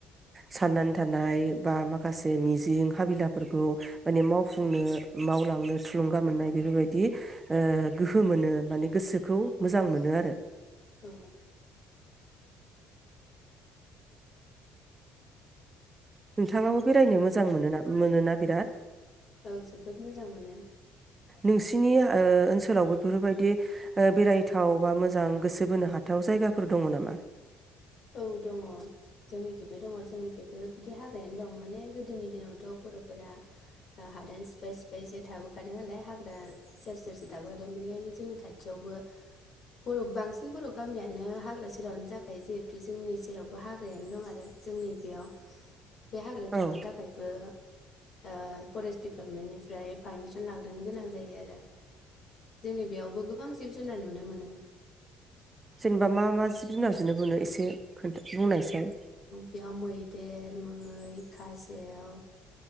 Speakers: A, on the right; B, on the left.
A: साननानै थानाय बा माखासे मिजिं हाबिलाफोरखौ माने मावफुंनो मावलां नो थुलुंगा मोननाय बेफोरबायदि ओ गोहो मोनो माने गोसोखौ मोजां मोनो आरो।
B: अ
A: नोंथांङाबो बेरायनो मोजां मोना मोनोना बिराद?
B: औ जोबोद मोजां मोनो।
A: नोंसिनि ओ ओनसोलावबो बेफोरबायदि ओ बेरायथाव बा मोजां गोसो बोनो हाथाव जायगाफोर दंङ नामा?
B: औ दंङ जोंनिखेबो दंङ जोंनिखेबो बिदि हाग्रायानो दं माने गोदोनि दिनावथ बरफोरा हादान सिफाय सिफायसो थाबोखादों नालाय हाग्रा सेर सेरसो थाबोखादों बेनिखायनो जोंनि खाथियावबो बर' बांसिन बर' गामियानो हाग्रा सेरावनो जाखायोे <unintelligible> जोंनि जेरावबो हाग्रायानो दं आरो जोंनि बेयाव बे हाग्रायाव
A: औ
B: थांनो थाखायबो ओ फरेस्ट डिपार्टमेन्टनिफ्राय पारमिसन लाग्रोनो गोनां जायो आरो जोंनि बेयावबो गोबां जिब जुनार नुनो मोनो।
A: जेनेबा मा मा जिब जुनार जुनो बुनो एसे खोन्था बुंनासाय। औ
B: बेयाव मैदेर मै खासेव